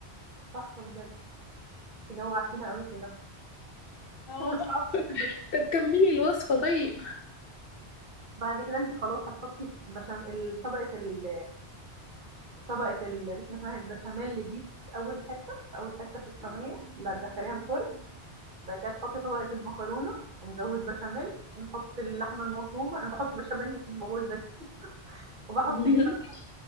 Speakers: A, on the right (about 50°); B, on the left (about 65°).
A: تحفة بجد، أنتِ جوعتينا أوي كده، <laughs>
B: اه
A: ومش هاعرف آكل
B: طب كملي الوصفة طيب
A: بعد كده انت خلاص هتحطي بشام طبقة ال... طبقة ال... بسم الله الرحمن البشاميل دي في اول حتة في اول حتة في الصينية لا تدخليها الفرن بعد كده تحطي طبقة المكرونة ونزود بشاميل ونحط اللحمة المفرومة انا بحط بشاميل لحد ما بقول بس وبحط
B: <laughs>
A: جبن